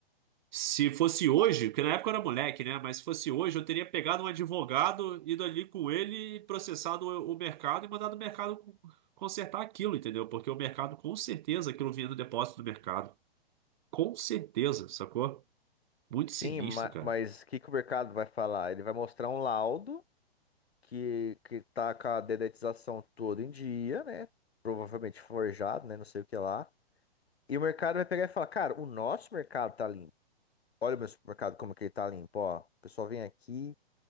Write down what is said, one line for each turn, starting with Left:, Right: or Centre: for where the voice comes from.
Right: Se fosse hoje, porque na época eu era moleque, né? Mas se fosse hoje, eu teria pegado um advogado, ido ali com ele, e processado o o mercado e mandado o mercado co- consertar aquilo, entendeu? Porque o mercado, com certeza, aquilo vinha do depósito do mercado. Com certeza, sacou? Muito sinistro,
Left: Sim, ma-
Right: cara.
Left: mas o que, que o mercado vai falar? Ele vai mostrar um laudo que, que tá com a dedetização todo em dia, né? Provavelmente forjado, né? Não sei o que lá. E o mercado vai pegar e falar, cara, o nosso mercado tá limpo. Olha o meu supermercado como que ele tá limpo, ó. O pessoal vem aqui,